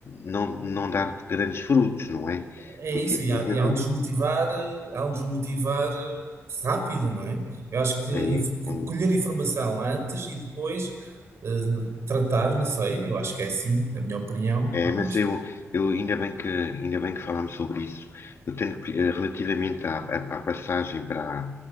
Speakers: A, on the left; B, on the right.
A: não, não dar grandes frutos, não é?
B: É
A: Porque
B: isso,
A: eh,
B: e há, e há um desmotivar, eh, há um desmotivar eh, rápido, não é? Eu acho que a
A: eh,
B: inf- co-
A: eh, é, é.
B: colher informação antes e depois eh, tratar, não sei, eu acho que é assim, na minha opinião,
A: É,
B: Pá,
A: mas
B: mas
A: eu, eu ainda bem que, ainda bem que falámos sobre isso. Eu tenho que, eh, relativamente à, à- à passagem para, a-